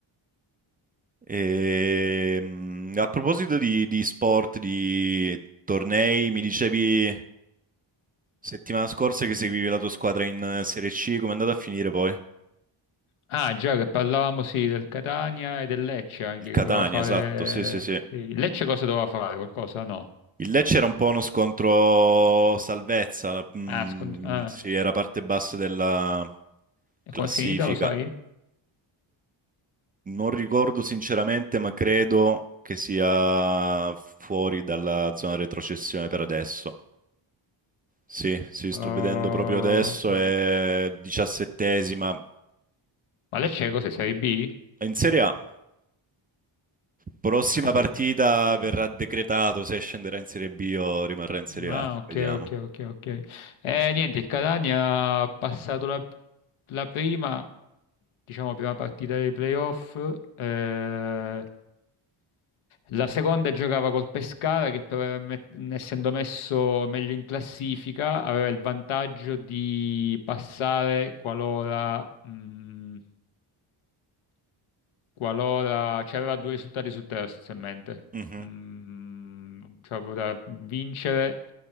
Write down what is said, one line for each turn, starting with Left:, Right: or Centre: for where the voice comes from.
Right: E, mm, a proposito di, di sport, di tornei, mi dicevi... Settimana scorsa che seguivi la tua squadra in eh, Serie C, come è andata a finire poi?
Left: Ah, già che parlavamo, sì, del Catania e del Lecce anche,
Right: Il Catania,
Left: che doveva fare...
Right: esatto, sì, sì, sì.
Left: Sì. Il Lecce cosa doveva fare? Qualcosa? No.
Right: Il Lecce era un po' uno scontro salvezza, mm,
Left: Ah, scon- ah,
Right: sì, era parte bassa della
Left: e
Right: classifica.
Left: com'è finita, lo sai?
Right: Non ricordo sinceramente, ma credo che sia fuori dalla zona retrocessione per adesso. Sì, sì,
Left: Uh,
Right: sto vedendo proprio adesso, è diciassettesima.
Left: Ma lei c'è cos'è? Serie B?
Right: È In Serie A, Prossima
Left: Ah, serie-
Right: partita
Left: serie-
Right: verrà decretato se scenderà in Serie B o rimarrà in Serie
Left: Ah,
Right: A.
Left: ok,
Right: Vediamo.
Left: ok, ok, ok. Eh, niente, il Catania ha passato la, la prima, diciamo, prima partita dei playoff. eh, la seconda giocava col Pescara, che però, era me- essendo messo meglio in classifica, aveva il vantaggio di passare qualora... mh, Qualora c'aveva due risultati su tre, essenzialmente.
Right: Mhm,
Left: Mm, cioè poteva vincere